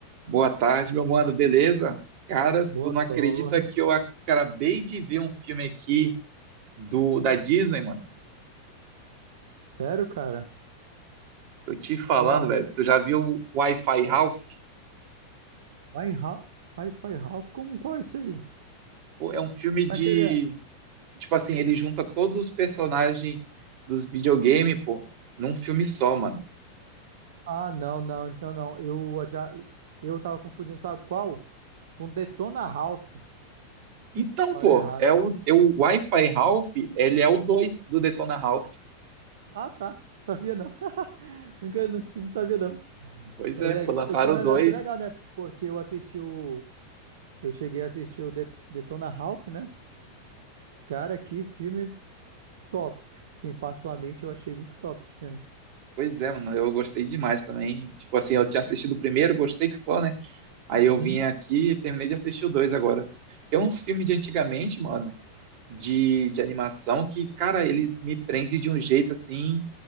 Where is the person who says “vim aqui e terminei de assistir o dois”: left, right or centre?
Right